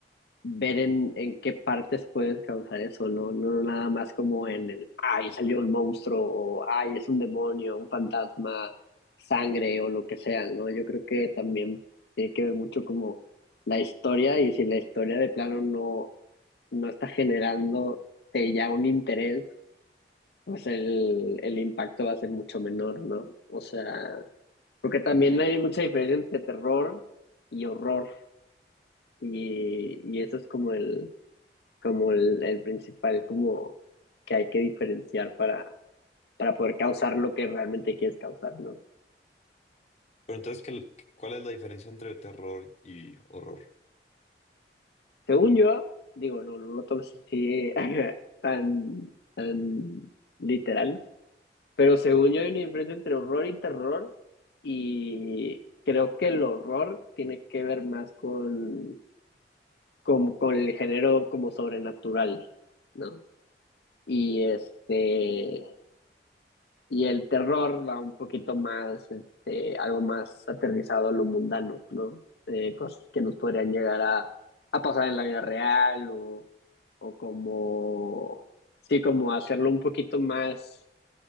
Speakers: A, on the left; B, on the left.
A: ver en, en qué partes puede descansar eso, no, no, no nada más como en el, ay, salió el monstruo, o ay, es un demonio, un fantasma, sangre o lo que sea, ¿no? Yo creo que también tiene que ver mucho como la historia y si la historia de plano no, no está generando ya un interés, pues el, el impacto va a ser mucho menor, ¿no? O sea, porque también hay mucha diferencia entre terror y horror y, y eso es como el como el, el principal como que hay que diferenciar para, para poder causar lo que realmente quieres causar, ¿no?
B: Pero entonces, ¿qué- cuál es la diferencia entre terror y horror?
A: Según yo, digo, no, no lo tomes así <laughs> tan, tan literal, pero según yo hay una diferencia entre horror y terror y creo que el horror tiene que ver más con, con, con el género como sobrenatural, ¿no? Y este... Y el terror va un poquito más, este, algo más aterrizado a lo mundano, ¿no? Eh, cosas que nos podrían llegar a, a pasar en la vida real o, o como, sí, como hacerlo un poquito más,